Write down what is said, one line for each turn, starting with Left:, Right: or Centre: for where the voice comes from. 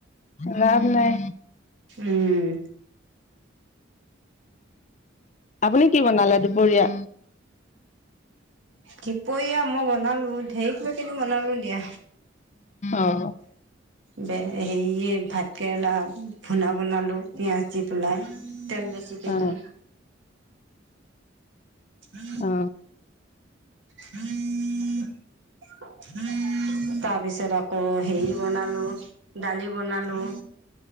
Left: লাভ নাই
Right: উম,
Left: আপুনি কি বনালে দুপৰীয়া
Right: দপৰীয়া মই বনালো ঢেৰ কিবা কিনি বনালো দিয়া
Left: অ
Right: হেৰিয়ে ভাত কেৰেলা ভূনা বনালো পিয়াঁজ দি পলাই তেল বেছিকে
Left: অ
Right: দি উ উম
Left: অ
Right: হম তাৰ পিছত আকৌ হেৰি বনালো দালি বনালো